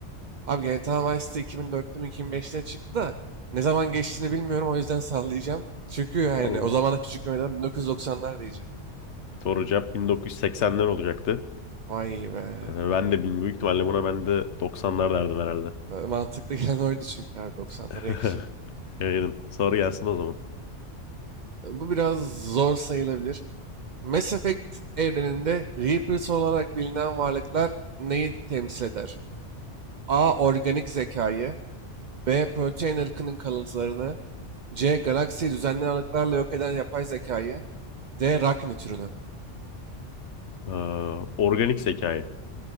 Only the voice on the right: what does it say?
Abi GTA Vice'de 2004'te mi 2005'te çıktı da ne zaman geçtiğini bilmiyorum o yüzden sallayacağım. Çünkü yani
o zamana küçük görmeden 1990'lar diyeceğim.
Vay be.
E, Mantıklı <laughs> gelen oydu çünkü abi 90'lara
yakışır.
E, Bu biraz zor sayılabilir. Mass Effect evreninde Reapers olarak bilinen varlıklar neyi temsil eder? A. Organik zekayı B. Protein ırkının kalıntılarını C. Galaksiyi düzenli aralıklarla yok eden yapay zekayı D. Rakni türünü.